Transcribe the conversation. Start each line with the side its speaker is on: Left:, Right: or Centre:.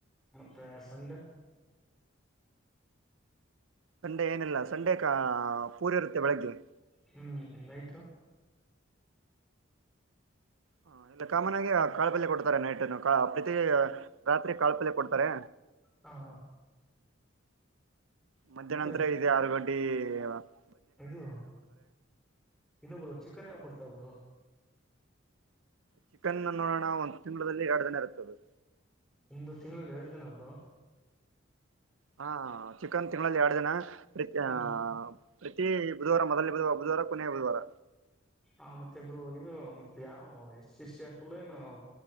Centre: ಪಸಂಡ
Right: ಸಂಡೆ ಏನಿಲ್ಲ ಸಂಡೆ ಕ ಪೂರಿ ಇರುತ್ತೆ ಬೆಳಗ್ಿವವಿ
Centre: ಹ್ಮ್ ನಯ್ತು
Right: ಹ ಇಲ್ಲ ಕಾಮನ್ ಆಗಿ ಕಾಳುಪಲ್ಯ ಕೊಡ್ತಾರೆ ನೈಟ್ನ್ನು ಕಾ ಪ್ರತಿ ರಾತ್ರಿ ಕಾಳುಪಲ್ಯ ಕೊಡ್ತಾರೆ.
Centre: ಹಾ ಹ
Right: ಮಧ್ಯಾಹ
Centre: ಇದು
Right: ನಂತರ ಇದೆ ಆರು ಗಂಟೆ ಅ <unintelligible>
Centre: ಇದು ಇದೊಬ್ಬರು ಚಿಕನ್ ಯಾವ ಕೊಡ್ತ ಹ
Right: ಚಿಕನ್ ನೋಡೋಣ ಒಂದ್ ತಿಂಲ್ಲಿ ಎರಡು ಜನ ಇರ್ತದೆ
Centre: ಒ್ದ ತಿಂಗಳಲ್ಲಿ ಎರಡು ದಿನಬ್ರು
Right: ಹಾ ಚಿಕನ್ ತಿಂಗಳಲ್ಲಿ ಎರಡು ಜನ ಪ್ರ
Centre: ಹ್ಮ್
Right: ಆ. ಪ್ರತಿ ಬುಧವಾರ ಮೊದಲೇ ಬುಧಾರ ಬುಧವಾರ ಕೊನೆಯ ಬುಧವಾರ
Centre: ಹ ಮತ್ತೆ ಇಬ್ರು ಇದು ಮತ್ತೆ ಯಾವ ಎಷ್ಟ ಎಷ್ಟ ಅಷ್ಟಲ್ಲ ಏನು